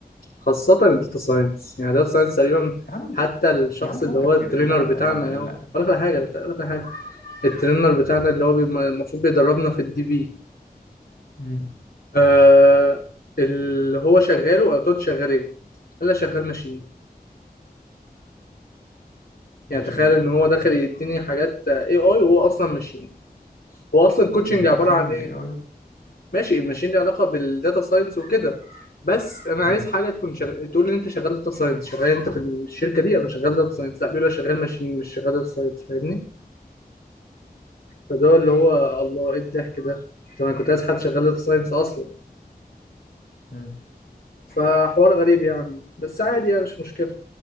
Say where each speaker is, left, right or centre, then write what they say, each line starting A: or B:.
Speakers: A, on the left; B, on the left.
A: خاصة الداتا ساينس يعني الداتا ساينس تقريبا
B: يا عم
A: حتى الشخص
B: يا عم فكك
A: اللي هو الترينر
B: كده لا لا
A: بتاعنا
B: لا لا لا
A: يا هو
B: لا
A: اقول لك على حاجة اقول لك على حاجة الترينر بتاعنا اللي هو بيبقى- المفروض بيدربنا في الدي بي
B: مم.
A: آه اللي هو شغال وقال له شغال ايه قال لي شغال ماشين
B: ماشيين
A: يعني تخيل ان هو داخل
B: مم.
A: يديني حاجات اي اي وهو اصلا ماشين هو اصلا كوتشنج
B: ماشيين
A: عباره عن
B: من
A: ايه
B: ال AI
A: ماشي الماشين ليه علاقه بالداتا ساينس وكده بس انا عايز
B: مم.
A: حاجه تكون شغ... تقول لي انت شغال داتا ساينس شغال انت في الشركه دي انا شغال داتا ساينس لا بيقول لي شغال ماشين مش شغال داتا ساينس فاهمني فده اللي هو الله ايه الضحك ده طب انا كنت عايز حد شغال داتا ساينس اصلا
B: آه.
A: فحوار غريب يعني بس عادي يعني مش مشكله